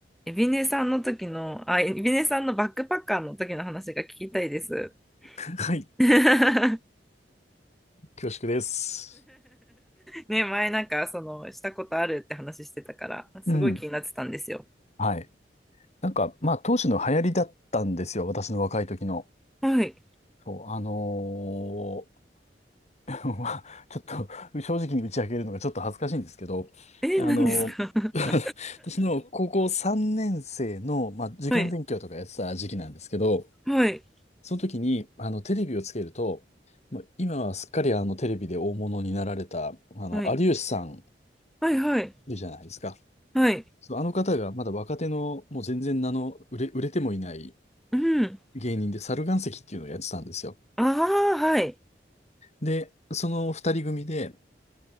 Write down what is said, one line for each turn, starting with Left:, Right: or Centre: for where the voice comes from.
Centre: エビネさんの時の、あ、エビネさんのバックパッカーの時の話が聞きたいです。
Left: はい。
Centre: <laughs>
Left: 恐縮です。
Centre: ね、前なんか、その、したことあるって話してたから、すごい気になってたんですよ。
Left: うん。はい。なんか、まあ、当時の流行りだったんですよ。私の若い時の。
Centre: はい。
Left: そう、あのー <laughs> まあ、ちょっと、正直に打ち明けるのがちょっと恥ずかしいんですけど、
Centre: え、
Left: あのー
Centre: 何ですか <laughs>
Left: <laughs> 私の高校3年生の、まあ、受験勉強とかやってた時期なんですけど、
Centre: はい、はい、
Left: その時に、あの、テレビをつけると、まあ、今はすっかりあの、テレビで大物になられた、あの、
Centre: はい、
Left: 有吉さん
Centre: はい、はい、
Left: いるじゃないですか。
Centre: はい、
Left: そう、あの方がまだ若手の、もう全然名の売れ、売れてもいない
Centre: うん。
Left: 芸人で、猿岩石っていうのをやってたんですよ。
Centre: ああ、はい、
Left: で、その二人組で、